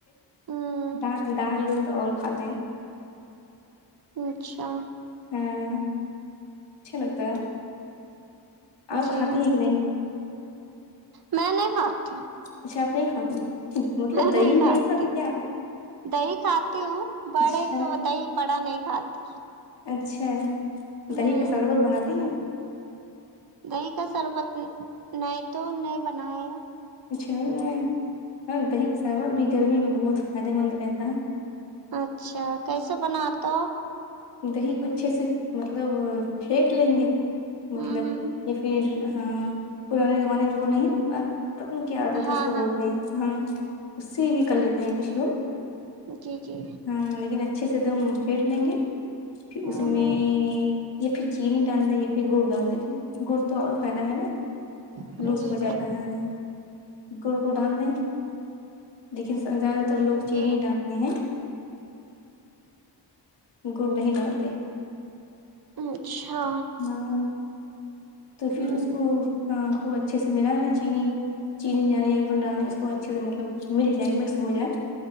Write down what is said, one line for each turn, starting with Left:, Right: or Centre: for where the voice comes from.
Right: ہمم
Left: دال دال دو تو اور کھاتے ہیں
Right: اچھا
Left: ہاں اچھا لگتا ہے آپ
Right: جی
Left: کھاتی
Right: ہاں
Left: ہیں کہ نہیں
Right: میں نہیں کھاتی ہوں
Left: اچھا آپ نہیں کھاتے مطلب
Right: میں
Left: دہی ہی
Right: کھاتی
Left: نہیں کھاتے کیا
Right: ہوں دہی کھاتی ہوں بڑے
Left: اچھا
Right: کے دہی بڑا نہیں کھاتی
Left: اچھا
Right: ہمم
Left: دہی کا سربت بناتی ہیں
Right: دہی کا سربت نہیں تو نہیں بنایا
Left: کچھ نہیں بناے ہاں دہی کا سربت بھی گرمی میں بہت فائدے مند رہتا ہے
Right: اچھا کیسے بناتے ہو آپ
Left: دہی کو اچھے سے مطلب پھینٹ لیں گے مطلب
Right: ہمم ہمم
Left: یا فیر ہاں پرانے زمانے میں وہ نہیں اب پتن کیا آتا تھا
Right: ہاں
Left: اس کو بولتے
Right: ہاں
Left: ہیں ہمم اس سے بھی کر لیتے ہیں کچھ لوگ
Right: جی جی
Left: ہاں لیکن اچھے سے ایک دم پھیٹ لیں گے پھر
Right: ہمم
Left: اس میں یا پھر چینی ڈال دیں یا پھر گڑ ڈال دیں گڑ تو اور فائدہ ہے نہ
Right: ہمم
Left: لو
Right: جی
Left: سے بچاتا
Right: جی
Left: ہے گڑ کو ڈال دیں لیکن زیادہ تر لوگ چینی
Right: جی
Left: ڈالتے ہیں گڑ نہیں ڈالتے
Right: اچھا
Left: ہاں تو
Right: ہمم
Left: فیر اس کو ہاں خوب اچھے سے ملالے چینی چینی ڈالے یا گل ڈالے اس کو اچھے سے مطلب مل جائے مکس ہو جائے